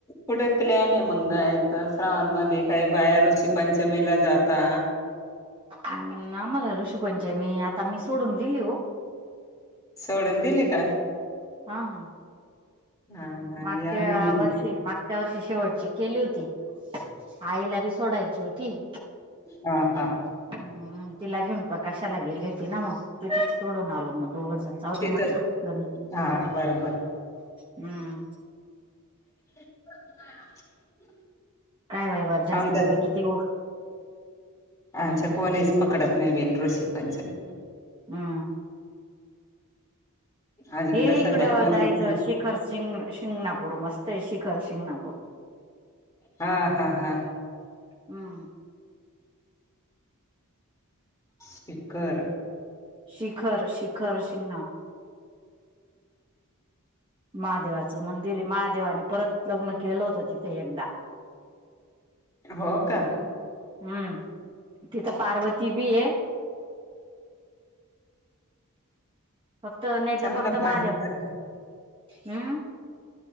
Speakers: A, on the left (about 15°); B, on the right (about 25°).
A: कुठे प्लॅन आहे मंग जायचं श्रावण मध्ये काय बाया ऋषी पंचमीला जाता?
B: उम्म आम्हाला ऋषीपंचमी आता मी सोडून दिली हो.
A: सोडून दिले का?
B: हा हा
A: हा आणि
B: मागच्या
A: आम-
B: वर्षी मागच्या च्या वर्षी शेवटची केली होती आईला बी सोडायची होती.
A: हा. हा.
B: हम्म तिला घेऊन प्रकाशाला गेली होती ना, मग तिथे सोडून आलो मग दोघं जण. जाऊ दे
A: तिथं
B: म्हटलं ग मी
A: हा बरोबर
B: हम्म.
A: <unintelligible>
B: काय माई बा जास्त
A: आमच्यात
B: की किती वो.
A: आमच्या कोणीच पकडत नाही ऋषी पंचमी.
B: हा.
A: अजून
B: ये
A: तर
B: इकडं
A: सध्या कोणीच
B: जायचं
A: नाही
B: शिखर शिंग- शिंगणापूर मस्त आहे शिखर शिंगणापूर.
A: हा हा हा.
B: हंम्म.
A: स्पिकर.
B: शिखर शिखर शिंगणा महादेवाचं मंदिर आहे महादेवाने परत लग्न केलं होतं तिथे एकदा. <inaudible> <unintelligible>
A: हो का?
B: हम्म तिथं पार्वती बी आहे. फक्त नाही
A: चांगलं
B: तर फक्त
A: पाहण्यासारखं
B: माझव हम्म.